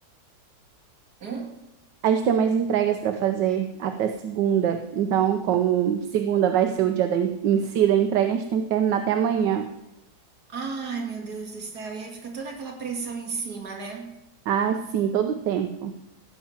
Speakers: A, on the right; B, on the right.
A: Hum?
B: A gente tem umas entregas para fazer até segunda. Então, como segunda vai ser o dia da, en- em si da entrega, a gente tem que terminar até amanhã.
A: Ai, meu Deus do céu, e aí fica toda aquela pressão em cima, né?
B: Ah, sim, todo o tempo.